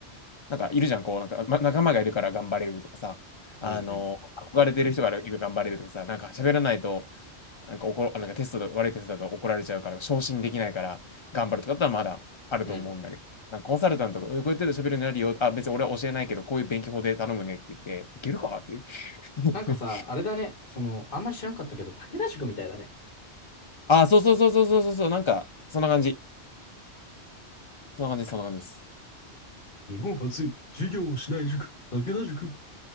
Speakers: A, on the left; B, on the left.
A: なんかいるじゃん、こう、なんか、ま、仲間がいるから頑張れるとかさ、あの、
B: うんうん。
A: 憧れてる人がいるから頑張れるとかさ、なんか喋らないと、なんか怒ろ、なんかテストで悪いテストだと怒られちゃうから、昇進できないから頑張るとかだったらまだあると思うんだけど、
B: うん。
A: なんかコンサルタントが、うんこうやってると喋るようになるよ、あ、別に俺は教えないけど、こういう勉強法で頼むねって言って、いけるかっていう。<laughs>
B: なんかさ、あれだね。その、あんまり知らんかったけど、武田塾みたいだね。
A: あ、そうそうそうそうそうそうそう、なんか、そんな感じ。そんな感じ、そんな感じです。
B: 日本初、授業をしない塾、武田塾。